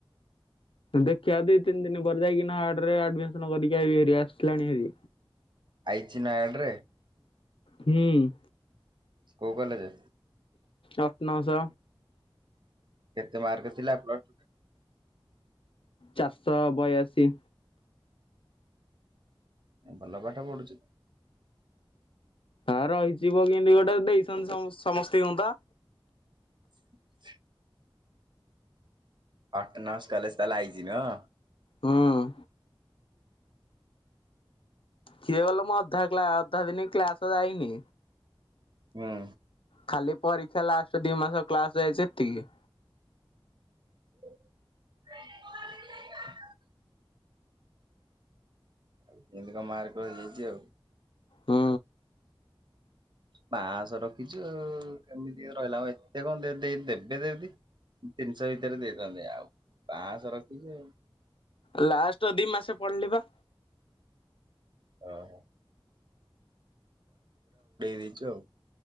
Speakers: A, on the left (about 70°); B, on the right (about 55°).
A: ଦେଖିବା ଦି ତିନି ଦିନ ପରେ ଯାଇକିନା ଆଟରେ ଆଡରେମିସନ କରିକି ଆଇବିଭାରୀ ଆସିଲାଣି ଭାରି।
B: ଆଇଚି ନୟାଗଡ଼ ରେ?
A: ହୁଁ,
B: କଉ କଲେଜେ?
A: ଅଟନମ୍
B: କେତେ ମାର୍କ ଥିଲା ପ୍ଲସ ଟୁ ରେ
A: ଚାରଶହ ବୟାଶୀ
B: ଭଲପାଠ ପଢ଼ୁଚୁ।
A: ହ ରହିଯିବ କେମିତି ଗୋଟେ ଦେଇଛନ୍ତି ସମସ୍ତି ଙ୍କୁ ତ।
B: <unintelligible> ଅଟନମ୍ସ କଲେଜ ତାହେଲେ ଆଇଚି ନୁହଁ?
A: ହଁ ଅଁ କିଏ କଲ ମୁ ଅଧା କ୍ ଅଧା ଦିନ କ୍ଲାସ ଯାଇନି।
B: ହୁଁ,
A: ଖାଲି ପରୀକ୍ଷା ଲାଷ୍ଟ ଦି ମାସ କ୍ଲାସ ଯାଇଚି ଏତିକି।
B: <unintelligible> କେମିତି କଣ ମାର୍କ ରହି ଯାଇଚି ଆଉ
A: ହଁ,
B: ପାଁଶହ ରଖିଛୁ ଆଉ କେମିତି ରହିଲା ଆ ଏତେ କଣ ଦେବେ ଦିଦି ତିନିଶହ ଭିତରେ ଦେଇଥାନ୍ତି ଆଉ ପାଞ୍ଚଶହ ରଖିଚୁ ଆଉ
A: ଲାଷ୍ଟ ଦି ମାସେ ପଢିଲି ବା
B: ଓହ। ଦେଇଛୁ ଆଉ